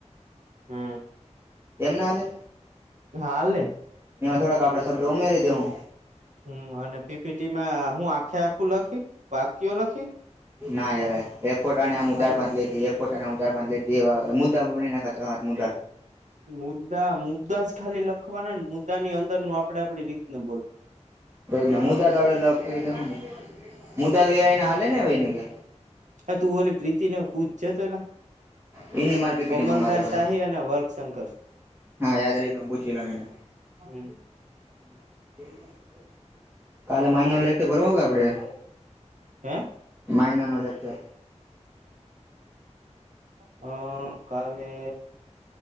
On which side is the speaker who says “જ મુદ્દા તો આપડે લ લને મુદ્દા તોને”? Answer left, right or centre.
Right